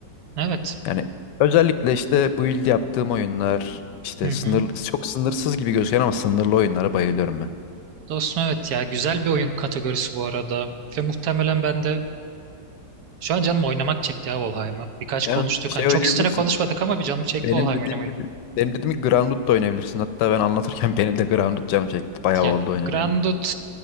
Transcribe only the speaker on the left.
Yani özellikle işte build yaptığım oyunlar işte
sınır çok sınırsız gibi gözüken ama sınırlı oyunlara bayılıyorum ben.
Değil mi? Şey
oynayabilirsin.
Benim
dediğim
gibi benim dediğim gibi Grounded da oynayabilirsin. Hatta ben anlatırken <laughs> benim de Grounded canım çekti. Bayağı
oldu oynamaya.